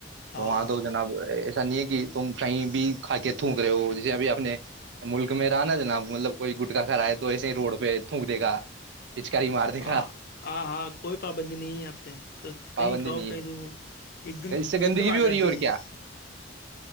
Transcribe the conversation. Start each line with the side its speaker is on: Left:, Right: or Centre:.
Left: ہاں
Right: تو وہاں تو جناب ایسا نہیں ہے کہ تم کہیں بھی کھا کے تھونک رہے ہو جیسے ابھی اپنے ملک میں رہا نا ج نا مطلب کوئی گٹکا کھرائے تو ایسے ہی روڈ پہ تھونک دے گا پچکاری مار دے گا
Left: آ ہ ہاں کوئی پابندی نہیں ہے یہ پہ
Right: پابندی
Left: کہیں کھاؤ
Right: نہیں
Left: کہیں دو ایک دم
Right: ہے اس سے
Left: ایک
Right: گندگی
Left: دم
Right: بھی
Left: آزادی
Right: ہو رہی اور
Left: ہے
Right: کیا
Left: <inaudible>